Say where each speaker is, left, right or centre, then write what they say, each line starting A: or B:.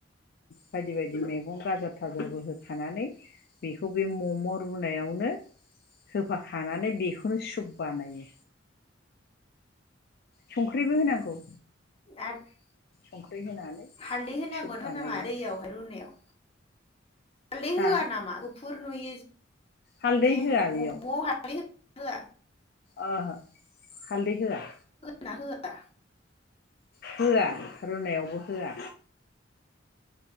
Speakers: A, on the left; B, on the left.
A: बायदि बायदि मैगं गाजर थाजरबो होखानानै बेखौ बे मम' रुनायावनो होफाखानानै बेखौ नो सुब बानायो संख्रिबो होनांगौ
B: आरो
A: संख्रि होनानै
B: हालदै होनांगोन
A: सुप बानायो
B: ना होनाङा दैयावहाय
A: आरो
B: रुनायाव? हालदै
A: हा
B: होआ नामा? नुयो
A: हालदै
B: जे
A: होआ बेयाव
B: हालदै होआ
A: ओहो हालदै होआ
B: ना होआ
A: होआ रुनायावबो होआ